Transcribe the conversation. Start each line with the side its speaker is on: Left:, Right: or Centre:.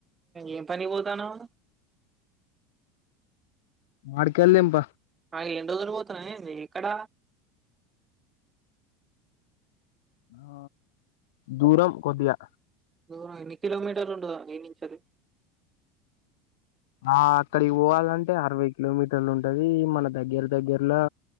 Right: ఏం పనికి పోతాన్నావ్ నువ్
Left: మాడికయల్ దెంప
Right: ఆ ఏన్ని రోజులు పోతన్నావ్ ఏంది ఎక్కడ
Left: ఆ దూరం కొద్దిగా
Right: దూరం ఎన్ని కిలోమీటర్లు ఉంటది ఇన్నించెల్లి
Left: ఆ అక్కడికి పోవాలంటే అరవై కిలోమీటర్లు ఉంటది మన దగ్గర దగ్గరలో